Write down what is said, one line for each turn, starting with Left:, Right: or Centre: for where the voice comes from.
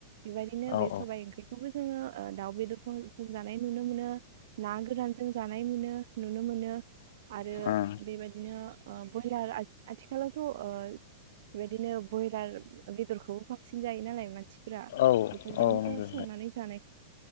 Right: बेबायदिनो बे
Left: औ
Right: सबाइ ओंख्रिखौबो जोङो ओ दाउ बेदरखौ जों जानाय नुनो मोनो। ना गोरानजों जानाय मोनो। नुनो मोनो आरो
Left: ओ ओ
Right: बेबादिनो ओ ओ बयलार आथिं आथिखालावथ' बेदिनो बयलार बेदरखौबो बांसिन जायो नालाय मानसि फोरा
Left: औ
Right: बेफोरजोंनो
Left: नंगौ
Right: संनानै जानाय